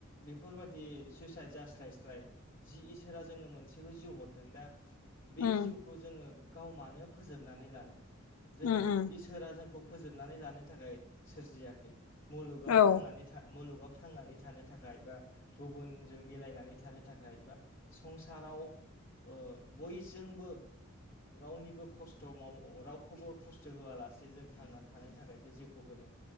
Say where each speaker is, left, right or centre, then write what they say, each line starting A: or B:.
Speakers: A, on the left (about 45°); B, on the left (about 85°).
A: बेफोरबादि सुइसाइद जास्लायस्लाय जि इसोरा जोंनो मोनसेल' जिउ हर दा बे
B: उम
A: जिउखौ जोङो गाव मानो फोजोबनानै लानो? जों
B: उम उम
A: इसोरा जोंखौ फोजोबनानै लानो थाखाय सोरजियाखै मुलुगाव
B: औ
A: थांनानै थां मुलुगाव थांनानै थानो थाखाय एबा गुबुनजों मिलायनानै थानो थाखाय बा संसाराव ओ बयजोंबो रावनिबो खस्थ' माव रावखौबो खस्थ' होआलासे जों थांनानै थानायनि थाखायसो जिउखौ होदों।